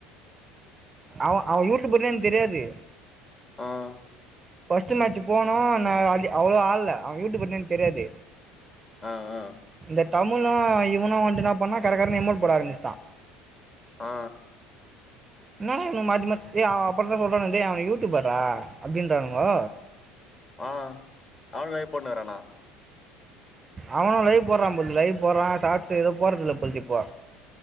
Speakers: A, on the right (about 25°); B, on the left (about 30°).
A: அவ அவ யூடிப்ர்னே எனக் தெரியாது
B: ம்
A: ஃபஸ்ட்டு மேட்சு போனோ நா அ அவ்ளோ ஆள்ல்ல அவ யூடிபர்னே எனக் தெரியாது
B: ஆ ஆ
A: இந்த டமுணு இவனு வந்ட்டு இன்னா பண்ணா கரகரனு எல்மட் போட ஆரம்பிச்ட்டா
B: ஆ
A: என்னடா இவுன்க மாத்தி மாத் ஏய் ஆ அப்பறோதா சொல்றாங்க டேய் அவ யூடிபர்றா அப்டின்றாங் ஆ
B: ஆ அவனுலே போட்னுருக்கானா
A: அவனு லைவ் போட்றான் போல்து லைவ் போறான் சாட்ஸ் எது போட்றதில்ல போல்து இப்போ